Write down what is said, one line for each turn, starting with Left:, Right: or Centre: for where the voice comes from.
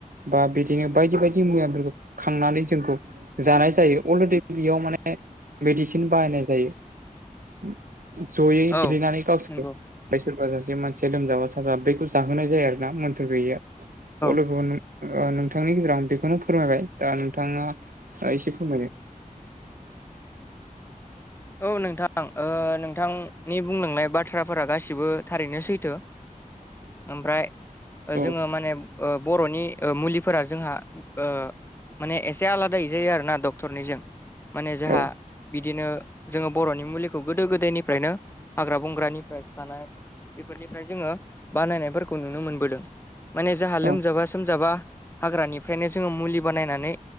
Right: बा बिद जोङो बायदि बायदि मुवफोरखौ खांनानै जोंखौ जानाय जायो अलरेडि बेयाव माने मेडिसिन बाहायनाय जायो जयै
Left: औ
Right: देलेनानै गावसोर
Left: नंगौ
Right: आमफ्राय सोरबा सासे मानसिया लोमजाबा साजा बैखौ जाहोनाय जायो आरोना मोन्थोर गैययो
Left: औ
Right: लोगो ओ नोंथांनि गेजेराव आं बेखौनो फोरमायबाय दा नोंथाङा एसे फोरमायदो
Left: औ नोंथां ओ नोंथांनि बुंलांनाय बाथ्राफोरा गासिबो थारैनो सैथो ओमफ्राय
Right: औ
Left: जोङो माने ओ बर'नि मुलिफोरा जोंङो ओ माने एसे आलादाै जायो आरोना डक्टरनिजों माने जोंहा
Right: औ
Left: बिदिनो जोङो बर'नि मुलिखौ गोदो गोदायनिफ्रायनो हाग्रा बंग्रानिफ्राय खानाय बेफोरनिफ्राय जोङो बानायनायफोरखौ नुनो मोनबोदों। माने जोंहा लोमजाबा
Right: औ
Left: सोमजाबा हाग्रानिफ्रायनो जोङो मुलि बानायनानै